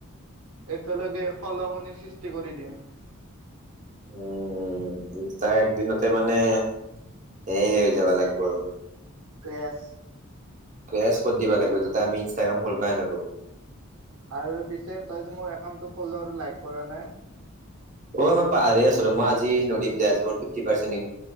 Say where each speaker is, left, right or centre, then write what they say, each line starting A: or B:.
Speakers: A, on the right (about 85°); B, on the right (about 35°).
A: একেলগে সলঙনিৰ সৃষ্টি কৰি দিম
B: উম তাৰ একদিনতে মানে সেয় হে হৈ যাবা লাগব আৰু
A: ক্ৰেছ
B: প্ৰেছ ক দিব লাগিব যাতে আমি ইনষ্টাগ্ৰাম খুলবাই নো
A: আৰু পিছে তই মোৰউ ফল আৰু ল কৰা নাই
B: অ মই পাহ আছিলো মই আজি নম দে মোৰ ফিফটি পাৰজাল